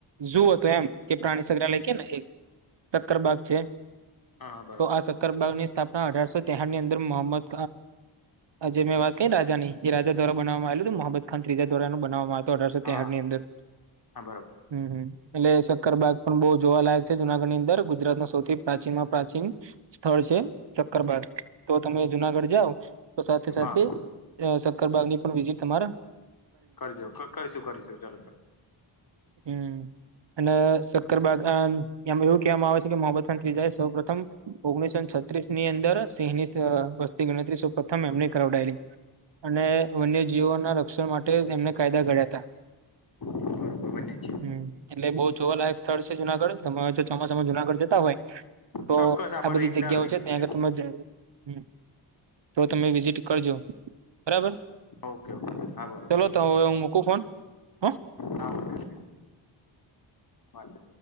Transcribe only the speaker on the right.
ઝુ હતો એમ કે પ્રાણી સંગ્રહાલય કે ને એક ચક્કર બાાગ છે
તો આ સકતા બની સ્થાપના અઢારસો તેહઠ ની અંદર મોહમદ જે મેં વાત કરી રાજા ની એ રાજા ્વા બનાવામાં આવે મોહમ્મદ ખાન ત્રીજા દ્વારાું બનાવવામાં આવ અઢારસો
તેાર ની અંદર
હમ હમ એટલે સક્કરબાગ પણ બહુ જોવાલાયક છે જુનાગઢની અંદર ગુજરાત ન સૌથી પ્રાચીનમાં પ્રાચીન સ્થળ છે શક્કરબાગ તો તમે જુનાગઢ જાઓ તો સાથે સાથે
અરબલ ની પણ વિજય તમારા
હમ્મ અને સક્કરબાગ આમ એવું કહેવામાં આવે છે કે મોહમ્મદ ખાન ત્રિજા સૌ પ્રથમ ઓગણીસો છત્રીસ ની અંદર સિંહની વસ્તી ગણતરીસો પ્રથમ એમને કરાવડાયેલી અને વન્યજીવો ના રક્ષણ માટે એમને કાયદા ઘડ્યા હતા
હમ્મ એટલે બહુ જોવાલાયક સ્થળ છે જુનાગઢ તમે જો ચોમાસામાં જુનાગઢ જતા હોય તો
આ બધી
જગ્યાઓ
છે ત્યાં
આગળ તમે જ હ તો તમે વિઝિટ કરજો બરાબર
ચાલો તો હવે હું મૂકું ફોન હ